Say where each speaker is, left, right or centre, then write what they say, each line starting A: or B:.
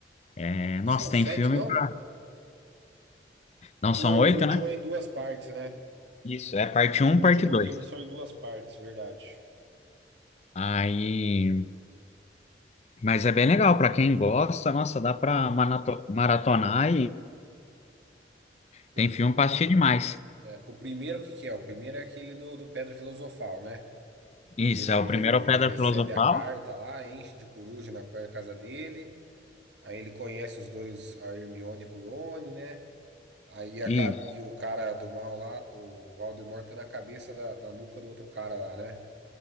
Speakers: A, on the left (about 35°); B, on the right (about 80°).
A: é,
B: São
A: nossa, tem
B: sete,
A: filme.
B: não?
A: pra- Não,
B: Ah,
A: são
B: não,
A: oito,
B: o último
A: né?
B: é em duas partes, né?
A: Isso, é parte
B: É que
A: um,
B: o último
A: parte dois.
B: livro são em duas partes, verdade.
A: Aí. Mas é bem legal, pra quem gosta, nossa, dá pra manato- maratonar
B: O,
A: Tem filme pra assistir demais.
B: é, o primeiro, o que que é? O primeiro é aquele do, do Pedra Filosofal, né?
A: Isso,
B: Que ele
A: é o primeiro é o Pedra
B: recebe
A: Filosofal.
B: a carta lá, enche de coruja na própria casa dele. Aí ele conhece os dois, a Hermione e o Rony, né? Aí a
A: Isso,
B: ca- e o cara do mal lá, o Valdemar tá na cabeça da, da nuca do outro cara lá, né?